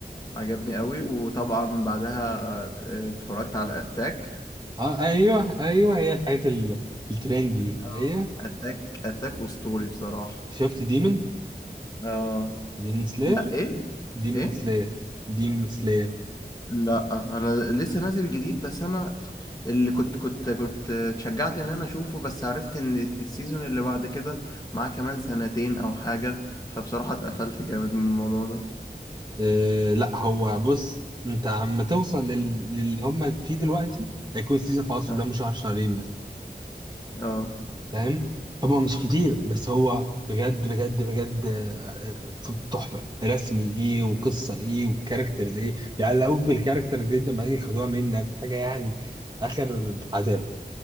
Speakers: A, on the left (about 20°); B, on the right (about 25°).
A: عجبني قوي وطبعا بعدها اه، اتفرجت على اتاك
B: اه ايوه ايوه هي الحاجات ال- الترند دي
A: اه
B: ايوه
A: اتاك اتاك اسطوري بصراحة
B: شفت ديمون
A: اه
B: ديمون سلاير
A: لا ايه
B: ديمون
A: ايه
B: سلاير ديمون سلاير
A: لا انا لسه نازل جديد بس انا اللي كنت كنت كنت اتشجعت ان انا اشوفه بس عرفت ان السيزون اللي بعد كده معاه كمان سنتين او حاجة فبصراحة اتقفلت جامد من الموضوع ده
B: آه لا هو بص انت عم توصل لل... للي هم فيه دلوقتي هيكون السيزون خلاص
A: اه
B: قدامه شهر شهرين
A: اه.
B: فاهم هو مش كتير بس هو بجد بجد بجد آه، آه، تحفه رسمي ايه وقصه ايه والكاركترز ايه بيعلقوك بالكاركترز جدا بعدين ياخدوها منك حاجه يعني اخر عذاب